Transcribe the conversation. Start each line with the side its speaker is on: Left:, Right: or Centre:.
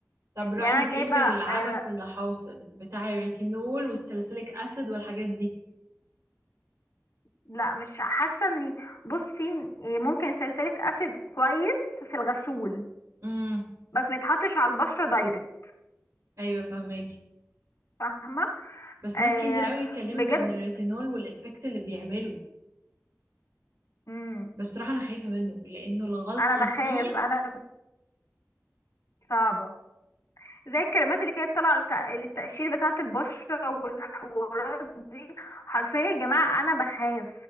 Right: طب رايك
Left: يعني انا
Right: ايه
Left: جايبه
Right: في
Left: آه
Right: العبث اللي حاصل بتاع الريتينول والساليسيليك اسيد والحاجات دي
Left: لا مش حاسه اني بصي ممكن ساليسيليك اسيد كويس في الغسول
Right: امم
Left: بس ما يتحطش على البشره دايركت
Right: ايوه فهماكي
Left: فاهمة
Right: بس
Left: آه
Right: ناس كتير قوي اتكلمت
Left: بجد
Right: عن الريتينول والإفكت اللي بيعمله
Left: مم.
Right: بس بصراحة أنا خايفة منه لأنه الغلطة
Left: انا بخاف
Right: فيه
Left: انا صعبة زي الكلمات اللي كانت طالعة للت- للتقشير بتاعة البشرة والحوارات دي حرفيا يا جماعة انا بخاف